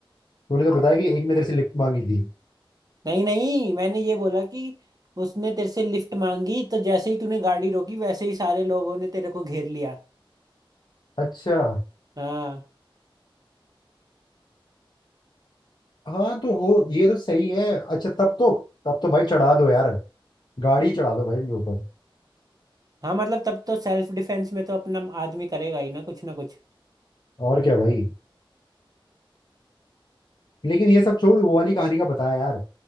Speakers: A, on the left (about 50°); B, on the right (about 45°).
A: तूने तो बताया कि एक ने तेरे से लिफ्ट मांगी थी
B: नहीं नहीं मैंने ये बोला कि उसने तेरे से लिफ्ट मांगी तो जैसे ही तूने गाड़ी रोकी वैसे ही सारे लोगों ने तेरे को घेर लिया
A: अच्छा
B: हाँ
A: हाँ तो हो ये तो सही है अच्छा तब तो तब तो भाई चढ़ा दो यार गाड़ी चढ़ा दो भाई उनके ऊपर
B: हाँ मतलब तब तो सेल्फ डिफेंस में तो अपना आदमी करेगा ही ना कुछ ना कुछ
A: और क्या भाई लेकिन ये सब छोड़ वो वाली कहानी का बता यार